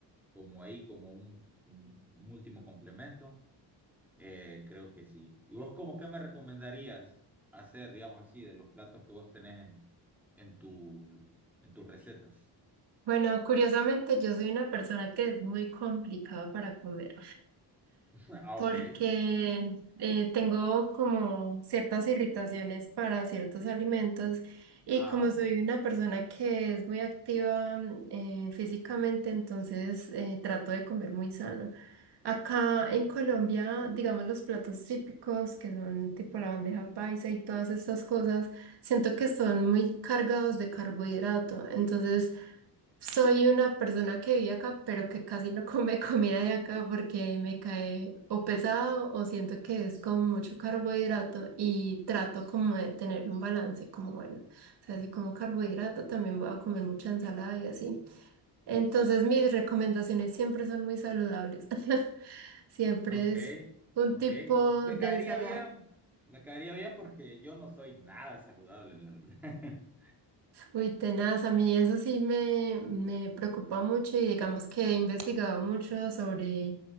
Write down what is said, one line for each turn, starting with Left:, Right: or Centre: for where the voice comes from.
Centre: como ahí, como un, un último complemento. Eh, creo que sí. ¿Y vos como qué me recomendarías hacer, digamos así, de los platos que vos tenés en, en tu, en tus recetas? <laughs>
Right: Bueno, curiosamente yo soy una persona que es muy complicada para comer.
Centre: Ah,
Right: porque
Centre: ok.
Right: eh, tengo como ciertas irritaciones para ciertos alimentos y
Centre: Ah,
Right: como
Centre: ok.
Right: soy una persona que es muy activa mm, eh, físicamente, entonces eh, trato de comer muy sano. Acá en Colombia, digamos los platos típicos que son tipo la bandeja paisa y todas estas cosas, siento que son muy cargados de carbohidrato, entonces soy una persona que vive acá, pero que casi no <laughs> come comida de acá porque me cae o pesado o siento que es como mucho carbohidrato y trato como de tener un balance, como bueno, o sea, si como carbohidrato también voy a comer mucha ensalada y así. Entonces mis recomendaciones siempre son muy saludables. <laughs> Siempre
Centre: Ok.
Right: es un
Centre: Ok.
Right: tipo
Centre: Me
Right: de
Centre: caería
Right: ensalada.
Centre: bien. Me caería bien porque yo no soy nada saludable, la verdad. <laughs>
Right: Uy, tenaz, a mí eso sí me, me preocupa mucho y digamos que he investigado mucho sobre,